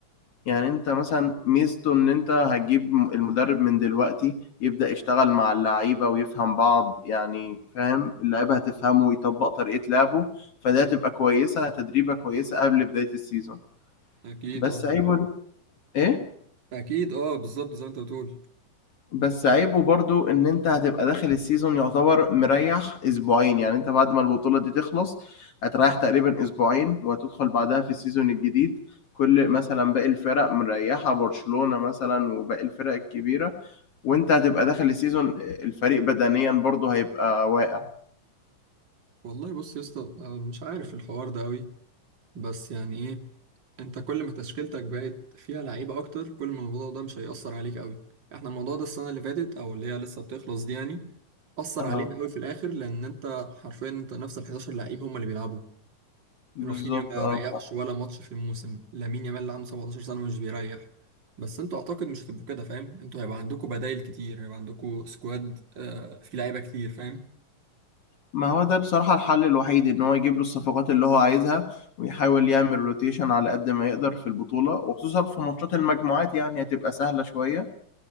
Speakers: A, on the left (about 50°); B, on the right (about 35°).
A: يعني انت مثلا ميزته ان انت هتجيب م- المدرب من دلوقتي يبدأ يشتغل مع اللعيبة ويفهم بعض يعني فاهم اللعيبة هتفهمه ويطبق طريقة لعبه فده هتبقى كويسة تدريبة كويسة قبل بداية السيزون
B: أكيد
A: بس
B: أه
A: عيبه ايه
B: أكيد أه بالظبط زي ما أنت بتقول
A: بس عيبه برضو ان انت هتبقى داخل السيزون يعتبر مريح اسبوعين يعني انت بعد ما البطولة دي تخلص هتريح تقريبا اسبوعين وهتدخل بعدها في السيزون الجديد كل مثلا باقي الفرق مريحة برشلونة مثلا وباقي الفرق الكبيرة وانت هتبقى داخل السيزون الفريق بدنيا برضو هيبقى واقع
B: والله بص يا اسطى أنا مش عارف الحوار ده أوي بس يعني ايه انت كل ما تشكيلتك بقت فيها لعيبة اكتر كل ما الموضوع ده مش هيأثر عليك قوي احنا الموضوع ده السنة اللي فاتت او اللي هي لسه بتخلص دي يعني أثر
A: اه
B: علينا قوي في الآخر لأن أنت حرفيا أنت نفس ال 11 لعيب هم اللي بيلعبوا
A: بالظبط
B: رافينيا ما
A: اه
B: ريحش ولا ماتش في الموسم لامين يامال اللي عنده 17 سنة مش بيريح بس أنتوا أعتقد مش هتبقوا كده فاهم أنتوا هيبقى عندكم بدايل كتير هيبقى عندكم سكواد آه فيه لعيبة كتير فاهم
A: ما هو ده بصراحة الحل الوحيد ان هو يجيب له الصفقات اللي هو عايزها ويحاول يعمل روتيشن على قد ما يقدر في البطولة وخصوصا في ماتشات المجموعات يعني هتبقى سهلة شوية